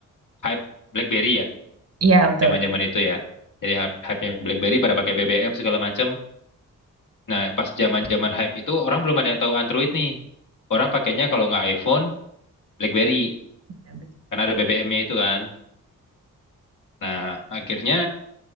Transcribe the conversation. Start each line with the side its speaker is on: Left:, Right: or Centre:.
Left: hype BlackBerry ya,
Right: Iya betul.
Left: zaman-zaman itu ya. Jadi hype- hype-nya BlackBerry pada pakai BBM segala macam Nah, pas zaman-zaman hype itu orang belum ada yang tahu Android nih. Orang pakainya kalau nggak iPhone BlackBerry
Right: Ya, Betul
Left: karena ada BBM-nya itu kan. Nah, akhirnya